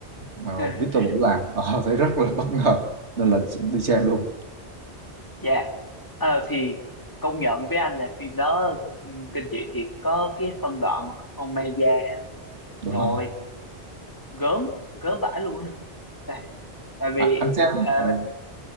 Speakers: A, on the right; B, on the left.
A: mà
B: <laughs>
A: Victor Vũ làm, ờ, <laughs> thấy rất là bất ngờ nên là đi xem luôn.
B: Dạ. Ờ thì công nhận với anh là phim đó ừm, kinh dị thì có cái phân đoạn mà có con ma da á.
A: Đúng
B: Trời
A: rồi.
B: ơi, gớm gớm vãi luôn á. Tại, tại vì
A: À, anh xem
B: ờ,
A: ờ,